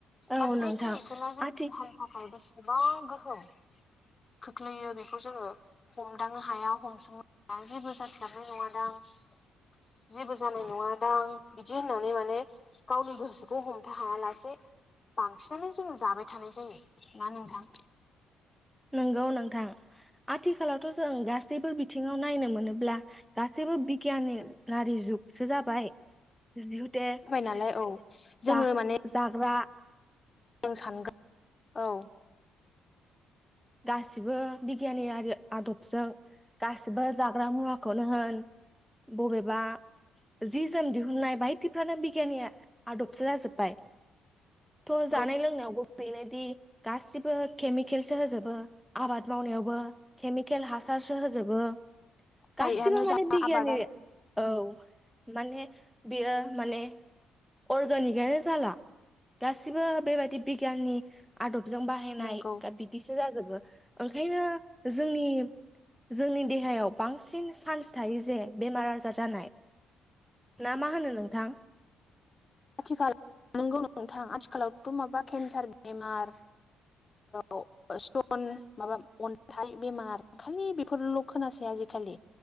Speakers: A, in the centre; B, on the left.
A: औ
B: बाद
A: नोंथां
B: बे <unintelligible> जोंनि
A: आथि
B: थाखाय <unintelligible> गोबां गोहोम खोख्लोयो बे बेखौ जोङो हमदांनो हाया हमसंनो हाया जेबो जास्लाबनाय नङादां जेबो जानाय नङा दां आ बिदि होननानै माने गावनि गोसोखौ हमथा हाया लासे बांसिनानो जोङो जाबाय थानाय जायो ना नोंथां
A: नंगौ नोंथां आथिखालावथ' जों गासैबो बिथिङाव नायनो मोनोब्ला गासैबो बिगियान रारि जुगसो जाबाय जिहुते
B: बाय नालाय औ जोङो
A: जा
B: माने
A: जाग्रा
B: जों सानगोन औ
A: गासिबो बिगियाननि आदबजों गासिबो जाग्रा मुवाखौनो होन बबेबा जि जोम दिहुननाय बायदिफ्रानो बिगियाननि आदबसो जाजोब्बाय थ'
B: नंगौ
A: जानाय लोंनायावबो बेनोदि गासिबो केमिकेलसो होजोबो बो आबाद मावनायावबो केमिकेल हासारसो होजोबो गासिबो
B: माइयानो
A: माने
B: जा
A: बिगियनि
B: आबादानो
A: औ माने बियो माने अर्गेनिकआनो जाला गासिबो बेबादि बिगियाननि आदबजों बाहायनाय
B: नंगौ
A: दा बिदिसो जाजोबो ओंखायनो जोंनि जोंनि देहायाव बांसिन चान्स थायो जे बेमार आजार जानाय ना मा होनो नोंथां
B: आथिखाल नंगौ नोंथां आथिखालावथ' माबा केन्सार बेमार औ स्ट'न माबा अन्थाइ बेमार खालि बेफोरल' खोनासै आजिखालि